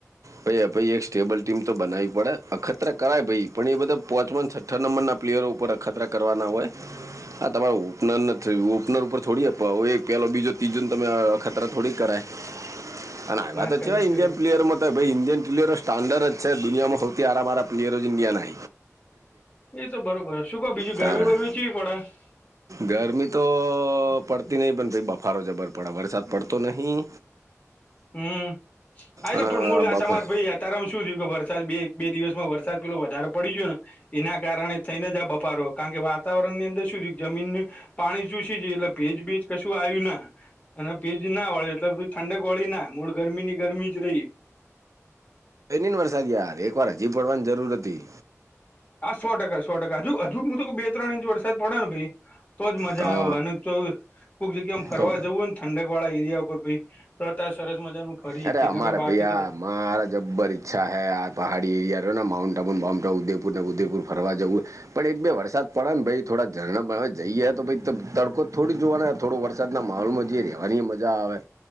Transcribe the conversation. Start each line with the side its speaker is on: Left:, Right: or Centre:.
Right: ભ ભાઈ એક સ્ટેબલ ટીમ તો બનાવી પડે અખત્ર કરાય ભાઈ પણ એ બધા પોચવાન, અઠ્ઠ નંબર ના પ્લેયરો ઉપર અખતરા કરવાના હોય. આ તમારો ઓપનર ઓપનર ઉપર છોડી આપ પેલો બીજો. તજ તમે ખતરા થોડીક કરાય અને આવ્યાત
Left: ના જ કરી
Right: ઇન્ડિયન
Left: શકાય
Right: પ્લેયર, ભાઈ ઇન્ડિન ટીલેર સ્ટાર્ન્ડડ જ છે દુનિયામાં સૌથી આરામમારા પ્લેયર ઇન્ડિયા નં
Left: એ તો બરોબર શું કહ બીજું
Right: તારા
Left: ગરમી બરમી ચીવી પડ?
Right: ગરમી તો પડતી નહી પણ પ બફારો જબર પડે વરસાદ. પર તો નહીં.
Left: હમ હ
Right: અને
Left: તો પણ મૂળ
Right: બફાર
Left: તમારે ભાઈ યા તારામાં શું થયું કે વરસાદ બે બે દિવસમાં વરસાદ. પેલો વધારે પડી ગયો ને એના કારણે, થઈને જ બપારો કારણ કે વાતાવરણ ની અંદર શું જમીન. પાણી ચુસી જાય એટલે ભેજ ભેજ કશું આવ્યું ના અને ભેજ ના વળે એટલેધ ઠંડક કોળી ના મૂળ ગરમી ની ગરમી જ રહી.
Right: કઈ નહી ને વરસાદ યાર એક વાર હજી પડવાની જરૂર હતી.
Left: હા સો ટકા સો ટકા હજુ હજુ હું તો બે ત્રણ ઇંચ વરસાદ પડે ને ભાઈ તોજ મજા
Right: તો
Left: આવે અને, તો કોઈક જગ્યામ ફરવા
Right: તો
Left: જવું ને ઠંડક વાળા એરિયા ઉપર ભી તો અત્યારે સરસ મજાનું. ખરી
Right: અરે
Left: કે
Right: અમારે
Left: ના કે બાકી
Right: ભૈયા
Left: તો,
Right: મારા જબર ઈચ્છા હ આ પહાડી એરિયાો ને માઉન્ટ આબુન બમ ઉદેપુર ને ઉદેપુર ફરવા જવું. પણ એક બે વરસાદ પડે ને ભ થોડા ઝરણા જઈએ તો તડકો થોડી જોવાના. થોડો વરસાદના માહોલમાં જે રહેવાની મજા આવે.